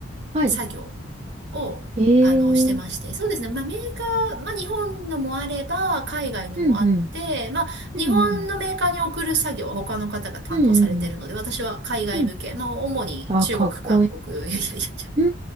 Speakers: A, on the right; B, on the right.
A: はい。
B: 作業を、
A: えー、
B: あの、してまして。そうですね。まあ、メーカー、まあ、日本のもあれば、海外のもあって、
A: うん、うん、
B: まあ、日本のメーカーに送る作業は他の方が担当されてるので、
A: うん、うん、うん、
B: 私は海外向け、
A: うん。
B: まあ、主に中国、
A: ああ、かっこいい。
B: 韓国、いやいやいやいや、
A: うー